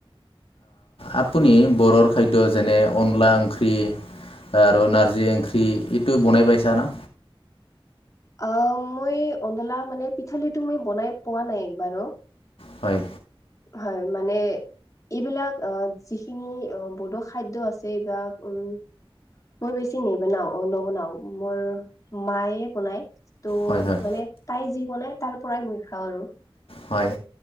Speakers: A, on the left; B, on the left.
A: আপুনি বৰৰ খাদ্য যেনে অনলা অংখি <unintelligible> আৰু নাৰ্জী এংখী এইটো বনাই পাইছ না
B: অ মই অডলা মানে পিঠালিটো মই বনাই পোৱা নাই একবাৰো <unintelligible>
A: হয়
B: হয় মানে এইবিলাক আহ যিখিনি বড খাদ্যয় আছে এইবিলাক উম মই বেছি নিবনাও নবনাও মোৰ মায়ে বনায় ত'
A: হয় হয়
B: মানে তাই যি বনাই তাৰ পৰাই মই খাওঁ আৰু
A: হয়